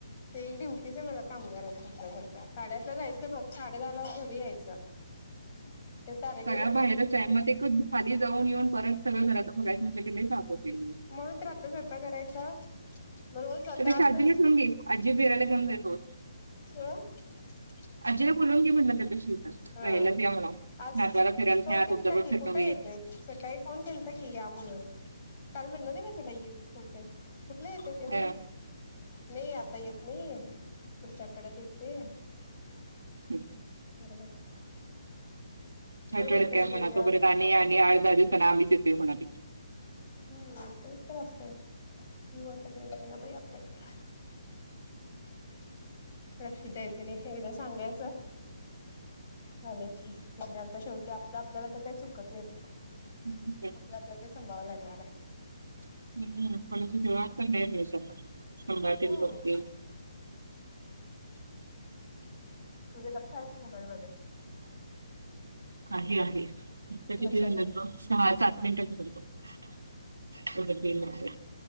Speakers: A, on the left; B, on the right.
A: ते ड्युटीच आहे मला कामगार असल्यासारखं साडे आठला जायचं बघ साडे दहाला घरी यायचं ते टार्गेटच
B: सगळ्या बाहेरच आहे मग एक खाली जाऊन येऊन परत सगळं घरात बघायच म्हटलं की लय ताप होतोय
A: म्हणून तर आता स्वयंपाक करायचा मग रोज आता
B: त्यापेक्षा
A: आजच
B: आजीला ठेऊन घेईल आजी फिरायला घेऊन जाईल रोज
A: <inaudible>
B: आजीेला बोलवून घे म्हणलं त्यापेक्षा इथ
A: हा
B: राहायलाच या म्हणावं
A: आज
B: नातवाला फिरायला
A: फोन
B: न्या
A: केलता
B: तुमच पण
A: की
B: फिरणं
A: कुठे
B: होईल
A: येते सकाळी फोन केलता की या म्हणून काल म्हणलं नाही मी तुला यं कुठल्या येत्याती
B: अ
A: नाही आता येत नाही पुढच्या आठवड्यात येतोय
B: हम्म
A: <unintelligible>
B: आत्याला
A: ऊन येत असतंय
B: म्हणावं
A: गं
B: तोपर्यंत आम्ही आम्ही आठ-दहा दिवसान आम्हीच येतोय म्हणावं तिकडं
A: हम्म तेच तर असतयं ओ येऊ वाटत नाही त्यांना बाई आपल्याकड लक्ष द्यायचं नाही एकदा सांगायचं आल्या ठीक आता शेवटी आपलं आपल्या तर काही चुकत नाही बघ
B: हम्म हम्म
A: आपलं आपल्या ते सांभाळाय लागणार आहे
B: हम्म <unintelligible>
A: हम्म तुझे लक्ष आहे का मोबाईलमध्ये
B: आहे आहे तर किती
A: लक्ष ठेव
B: झाल्यात बघ सहा सात मिनिटं झाल्यात बघ